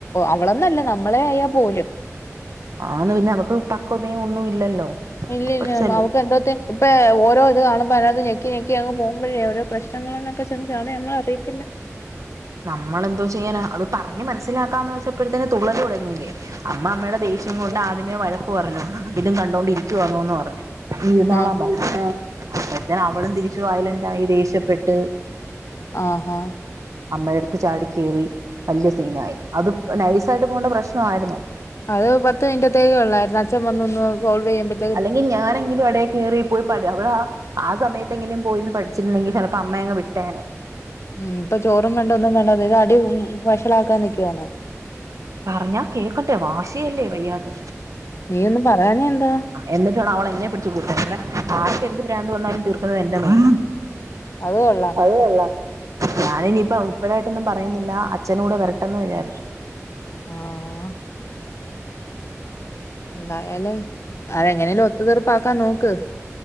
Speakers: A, on the left; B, on the right.
A: അവളൊന്നല്ല നമ്മളെ ആയ പോലും
B: ആന്ന് പിന്നെ അവക്ക് പക്ക്യതയം ഒന്നും ഇല്ലല്ലോ
A: ഇല്ലല്ലാ
B: കൊച്ചല്ലേ
A: അവക്ക് എന്തൊത്തി ഇപ്പയാ ഓരോ ഇത് കാണുമ്പോ അയ്നത് നെകി ഞെക്കി പൊമ്പയെ പ്രശ്നങ്ങൾന്നൊക്കെ ചെന്ന് ചാടുമ്പോ നമ്മൾ അറിയത്തില്ല
B: നമ്മളെന്തോ ചെയ്യാനാ അതു പറഞ്ഞു മനസ്സിലാക്കാംന്നുവെച്ചാപ്പഴത്തെന് തുള്ളലുതുടങ്ങിയില്ലേ അമ്മ അമ്മടെ ധി കൊണ്ട് ആദ്യമേ വഴക്കു പറഞ്ഞു ഇതും കണ്ടുകൊണ്ടിരിക്കുവാണോന്ന് പറഞ്ഞു ഇരുന്നോളാം
A: ആ
B: പറഞ്ഞ അപ്പഴത്ത അവളും തിരിച് വയലന്റായി ദേഷ്യപ്പെട്ട്
A: ആഹാ
B: അമ്മയടുത്ത് ചാടി കയറി വലിയ സീനായി അത് നൈസ ആയിട്ട് പോണ്ട പ്രശ്നമായിരുന്നു
A: അത് പത്ത് മിനിത്തേക്ക ഉള്ളായിരുന്നു അച്ഛൻ വന്നൊന്ന് സോൾവ് ചെയ്യാൻ പറ്റി
B: അല്ലെങ്കിൽ ഞാനെങ്കിലും ഇടൽ കയറി പോയി പ അവളവിടെ ആ സമയത്ത് എന്തെങ്കിലും പോയന്ന് പഠിച്ചു രുന്നെിൽ ചിലപ്പോ അമ്മ അങ്ങ് വിട്ടനെ
A: ഉം ഇപ്പൊ ചോറും വേണ്ട ഒന്നും വേണ്ട അത ഇത് അടി വഷളാക്കാൻ നിൽക്കുവാന്നെ
B: പറഞ്ഞാ കേൾക്കണ്ടേ വാശിയല്ലേ വയ്യാത്ത
A: നീയൊന്ന് പറയാഞ്ഞെന്താ
B: എന്നിട്ടാണ് അവളന്നെ പിടിച്ച് കൂട്ടാൻ ഇവിടെ ആർക്ക് എന്ത് പ്രാന്ത വന്നാലും തീർക്കുന്നത് എന്റെ മേത്ത
A: അത് കൊള്ളാം
B: അത്‌ കൊള്ളാം ഞാന ഇനിയിപ്പ ഉൾപ്പെടൊയിട്ടൊന്നും പറയുന്നില്ല അഛന കൂടെ വരട്ടെന്ന് വിചാരിച്ചു
A: ആഹ് എന്തായാലും അ എങ്ങനെല്ലോ ഒത്ത തീർപ്പാക്കാൻ നോക്ക്